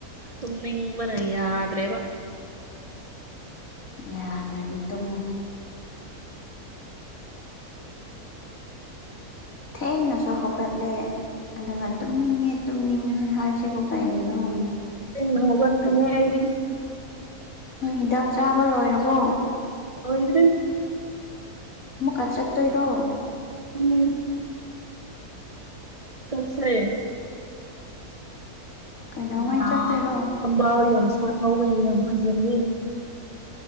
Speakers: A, on the right; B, on the left.
A: ꯇꯃꯅꯤ ꯍꯤꯡꯕꯅ ꯌꯥꯗ꯭ꯔꯦꯕ
B: ꯌꯥꯗ꯭ꯔꯗꯤ ꯇꯃ ꯊꯦꯡꯉꯁꯨ ꯍꯧꯒꯠꯂꯦ ꯑꯗꯨꯒ ꯇꯨꯝꯅꯤꯡꯉꯦ ꯇꯨꯝꯅꯤꯡꯉ ꯍꯥꯏꯁꯤꯦ ꯊꯕ ꯄꯌꯦꯒꯦ ꯅꯣ
A: ꯦꯡ ꯍꯕꯅꯦꯗꯤ
B: ꯎ ꯍꯤꯗꯥꯛ ꯆꯥꯕ ꯂꯣꯏꯔꯕꯣ
A: ꯑ ꯏ꯭ꯔꯦ
B: ꯃꯨꯛꯀꯥ ꯆꯠꯇꯣꯏꯔꯣ
A: ꯑ ꯇꯁꯦ
B: ꯀꯩꯗꯧꯉꯩ
A: ꯊꯝꯕ
B: ꯆꯠꯇꯣꯏꯔꯣ
A: ꯊꯝꯕ ꯌꯥꯝ ꯁꯥꯍꯥꯎꯋꯦ ꯌꯥꯝ ꯐꯖꯂ